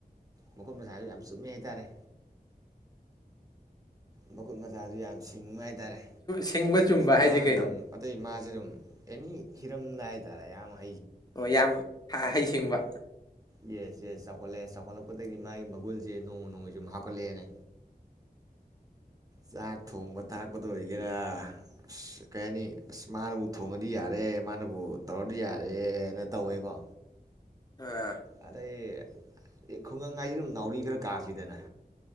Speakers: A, on the right; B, on the left.
A: ꯃꯈꯨꯠ ꯃꯁꯥꯁꯨ ꯌꯥꯝ ꯆꯨꯝꯃꯦ ꯍꯥꯏꯇꯥꯔꯦ ꯃꯈꯨꯠ ꯃꯁꯥꯁꯨ ꯌꯥꯝ ꯁꯤꯡꯕ ꯍꯥꯏꯇꯥꯔꯦ
B: ꯁꯤꯡꯕ ꯆꯨꯝꯕ
A: ꯃꯥꯅ
B: ꯍꯥꯏꯁꯦ ꯀꯩꯅꯣ
A: ꯂꯪ ꯑꯗꯩ ꯃꯥ ꯑꯁꯤꯔꯨꯝ ꯑꯦꯅꯤ ꯍꯤꯔꯝꯗ ꯍꯥꯏꯇꯥꯔꯦ ꯌꯥꯝꯌꯥꯝꯕ
B: ꯑꯣ ꯌꯥꯝ ꯍꯥꯏ ꯆꯤꯡꯕ
A: ꯌꯦꯁ ꯌꯦꯁ ꯆꯥꯎꯈꯠꯂꯛꯑꯦ ꯆꯥꯎꯈꯠꯂꯛꯄꯗꯒꯤꯗꯤ ꯃꯥꯒꯤ ꯃꯒꯨꯟꯁꯦ ꯅꯣꯡꯃ ꯅꯣꯡꯃꯒꯤ ꯁꯨꯝ ꯍꯥꯞꯀꯠꯂꯛꯑꯦꯅꯦ ꯆꯥꯛ ꯊꯣꯡꯕ ꯊꯥꯛꯄꯗ ꯑꯣꯏꯒꯦꯔꯥ ꯑꯁ ꯀꯩ ꯍꯥꯏꯅꯤ ꯑꯁ ꯃꯥꯅꯕꯨ ꯊꯣꯡꯉꯗꯤ ꯌꯥꯔꯦ ꯃꯥꯅꯕꯨ ꯇꯧꯔꯗꯤ ꯌꯥꯔꯦꯅ ꯇꯧꯋꯦꯀꯣ
B: ꯑꯥ
A: ꯑꯗꯩ ꯑꯦ ꯈꯨꯡꯒꯪ ꯍꯥꯏꯁꯤ ꯑꯗꯨꯝ ꯅꯥꯎꯔꯤ ꯈꯔ ꯀꯥꯕꯤꯗꯅ